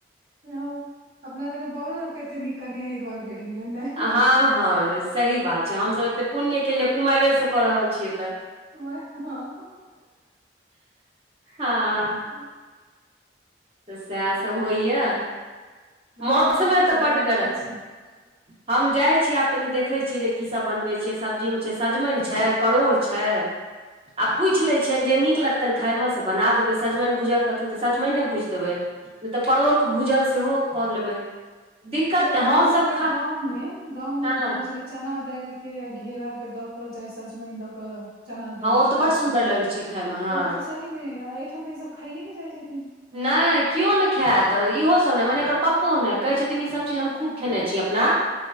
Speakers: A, on the right; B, on the right.
A: हँ अपना बरो तके एते निक कनियााँ हरि दुआार भेट गेलै ने।
B: हँ-हँ सही बात छै हमसभ एते पुण्यके लिए कुमाररेसँ कऽ रहल छियै तऽ
A: वेहे ह-हँ-हँ-हँ <unintelligible>
B: हँ तऽ सएह सब होइए
A: एखन
B: मौसम
A: अहाँ की
B: ह
A: सब
B: तऽ बटगर
A: बना रहल छी
B: हम जाइ छीिय आब कनि देखैत छियै जे की सब बनबै छियै सब्जीमे सजमनि‌ छै, परोर छै आ
A: हँ
B: पुछ लिए छिये जे नीक लगतै तनि खाइ मे से बना देबै सजमनि भुजल न तऽ सजमनि भूजि देबै नहि तऽ परोड़ के भूजल सेहो करऽ लेबै। दिक्कत
A: े त अपना
B: हमसभ
A: सब के
B: खा
A: गाँं में गांव मे
B: हँ
A: जे
B: हँ
A: बने छले चना दालिक के घेरा के द क चाहे सजमनि द क चना दालिक
B: ओ
A: के
B: तऽ
A: तड़
B: बड़ सुन्दर
A: का टाइ
B: लगै छै खायमे हँ
A: ओ तऽ सहीमे एहिठाम तऽ ई सब खाइये ने जाइ छथिन।
B: नहि केओ नहि खायत इहोसभ नहि मने एकर पप्पो नहि कहै छथिन ईसभ चीज हम खूब खेने छी अपना